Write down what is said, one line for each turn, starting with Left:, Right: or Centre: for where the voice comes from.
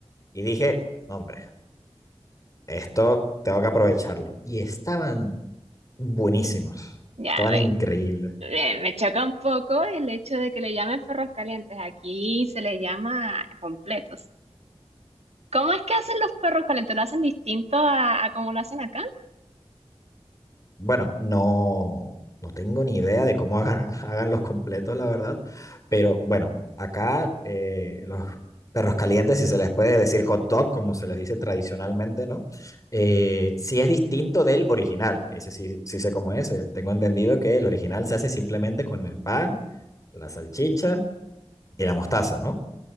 Left: Y dije, "No, hombre, esto tengo que aprovecharlo. Y estaban buenísimos.
Right: Ya,
Left: Estaban
Right: ve-
Left: increíbles.
Right: eh, me choca un poco el hecho de que le llamen perros calientes. Aquí se les llama completos. ¿Cómo es que hacen los perros calientes? ¿Lo hacen distinto a, a como lo hacen acá? <laughs>
Left: Bueno, no, no tengo ni idea de cómo hagan, <laughs> hagan los completos, la verdad, pero bueno, acá eh, los perros calientes, si se les puede decir hot dog, como se les dice tradicionalmente, ¿no? Eh, sí es distinto del original, que ese sí, sí sé cómo es. eh, Tengo entendido que el original se hace simplemente con el pan, la salchicha y la mostaza, ¿no?